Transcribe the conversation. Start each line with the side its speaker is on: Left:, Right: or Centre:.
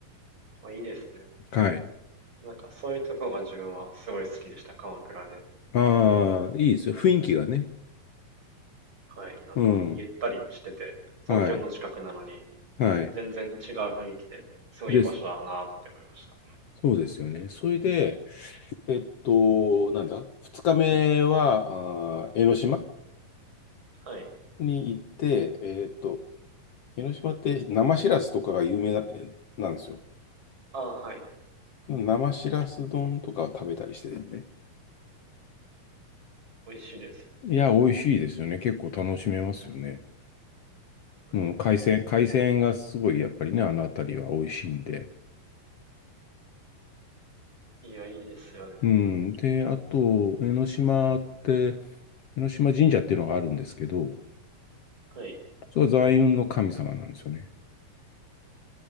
Right: あ、いいですね。
Left: はい。
Right: なんかそういうところが自分はすごい好きでした、鎌倉で。
Left: ああ、いいですよ。雰囲気がね。
Right: はい、なんかゆったりしてて、
Left: うん。
Right: 東京の近くなのに
Left: はい。はい。
Right: 全然違う雰囲気で、すごいいい場所だなって思いました。
Left: です。そうですよね。それで、えっと、なんだ、二日目は、あー江ノ島
Right: はい。
Left: に行って、えっと、広島って生しらすとかが有名な、えなんですよ。
Right: ああ、はい。
Left: 生しらす丼とかを食べたりしててね。
Right: 美味しいですよね、
Left: いや、
Right: 自分。
Left: 美味しいですよね。結構楽しめますよね。
Right: は
Left: うん、海鮮、海鮮がすごいやっぱりね、あの辺りは美味しいんで。
Right: い、いや、いいですよね。
Left: うん。で、あと、江ノ島って、江ノ島神社っていうのがあるんですけど、
Right: はい。
Left: それは財運の神様なんですよね。